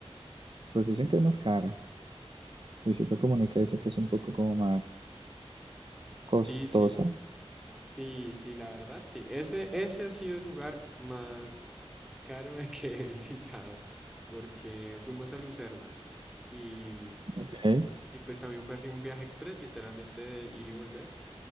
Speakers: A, on the right; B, in the centre.
A: pues dicen que es más cara. Luisito Comunica dice que es un poco como más
B: Sí,
A: costosa.
B: sí, sí, sí, la verdad, sí. Ese, ese ha sido el lugar más caro <laughs> que he visitado, porque fuimos a Lucerna y,
A: Ok.
B: y pues también fue así un viaje express, literalmente de ir y volver.